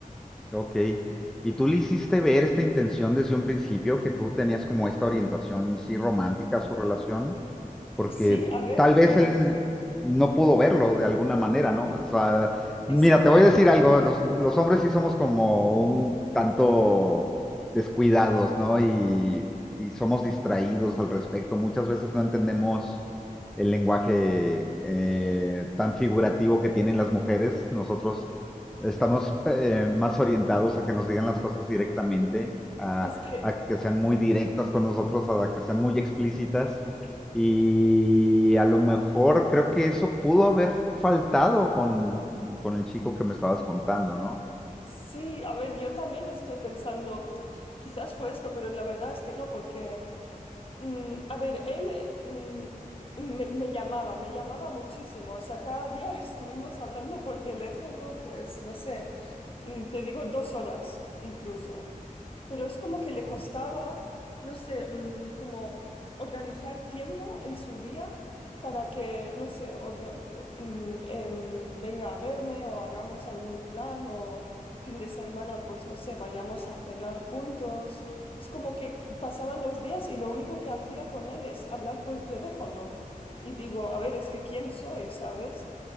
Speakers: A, in the centre; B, on the left (about 40°).
A: ok. ¿Y tú le hiciste ver esta intención desde un principio, que tú tenías como esta orientación sí romántica a su relación? porque
B: Sí, a ver,
A: tal vez
B: no,
A: él no pudo verlo de alguna manera, ¿no? O sea, mira,
B: es que,
A: te voy a decir algo, los, los hombres sí somos como un tanto descuidados, ¿no? Y, y somos distraídos al respecto. Muchas veces no entendemos el lenguaje eh,
B: mm,
A: tan figurativo que tienen las mujeres. Nosotros estamos eh, más orientados a que nos digan las cosas directamente, a,
B: es que,
A: a que sean muy directas con nosotros, a que sean muy explícitas. Y a lo mejor creo que eso pudo haber faltado con, con el chico que me estabas contando, ¿no?
B: sí, a ver, yo también estoy pensando, quizás fue esto, pero la verdad es que no, porque... Mm, a ver, él eh, mm, me, me llamaba, me llamaba muchísimo. O sea, cada día <laughs> estuvimos hablando por teléfono, pues no sé, mm, te digo dos horas incluso. Pero es como que
A: Uy.
B: le costaba, no sé, mm, como organizar tiempo en su día para que, no sé, orga- mm, em, venga a verme o hagamos algún plan o fin de semana, pues no sé, vayamos a cenar juntos. Es como que pasaban los días y lo único que hacía con él es hablar por teléfono. Y digo, a ver, es que quién soy, ¿sabes?